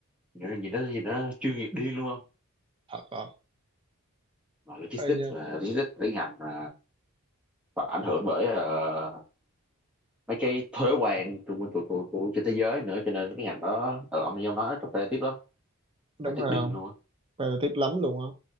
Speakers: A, in the centre; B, on the right.
A: nhìn nó nhìn nó, nhìn nó chuyên nghiệp điên luôn không
B: thật không
A: mà logistics
B: Ê, nhưng-
A: mà logistics lấy ngành mà và ảnh hưởng bởi ờ, mấy cái thuế quan của, của, của, của trên thế giới nữa cho nên cái ngành đó ở ông ông nói competitive lắm
B: đúng
A: là tức
B: rồi
A: điên
B: không
A: luôn á
B: competitive lắm luôn á